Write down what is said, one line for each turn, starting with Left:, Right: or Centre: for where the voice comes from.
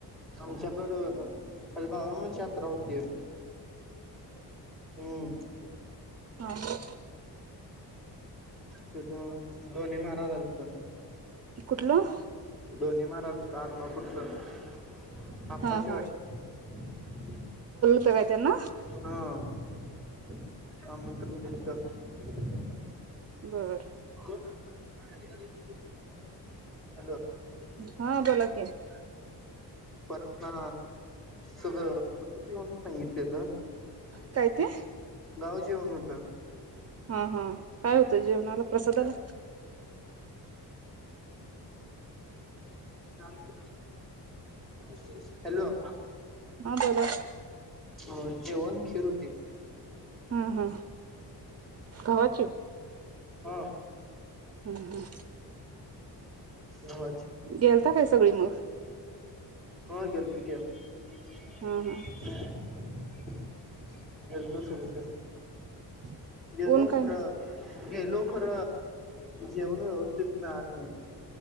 Centre: आमच्याकडं काल <inaudible> बाळूमामाची यात्रा होती. हम्म
Right: हा.. हा..
Centre: तिथं डोने म्हाराज आलत.
Right: इ कुठलं?
Centre: डोने माराज आदमापुरच आप्पाची
Right: हा
Centre: वाडी
Right: हा <unintelligible> त्यांना
Centre: <inaudible> हा <unintelligible> हा म्हणता तुम्ही घेतल
Right: बर
Centre: कधी कधी टुथपेस्ट <unintelligible> हॅलो
Right: हा
Centre: <unintelligible>
Right: बोला की
Centre: प ह सगळं <unintelligible> घेऊन सांगितलेलं.
Right: काय ते?
Centre: गाव जेवण होत
Right: हा हा काय होतं जेवणाला?
Centre: <unintelligible>
Right: प्रसादाला
Centre: चालते का? <unintelligible> हॅलो <unintelligible>
Right: हा बोला
Centre: अ जेवण खीर होती
Right: हा हा गव्हाची
Centre: हा
Right: हा
Centre: <unintelligible>
Right: हा
Centre: घवात
Right: गेलता काय सगळी मग.
Centre: हो गेलतू की <unintelligible>
Right: हा हा
Centre: गेलतो <unintelligible>
Right: <inaudible>
Centre: गेलो
Right: ऊन काय
Centre: खरं गेलो खर जेवून व तिथनं आनलंय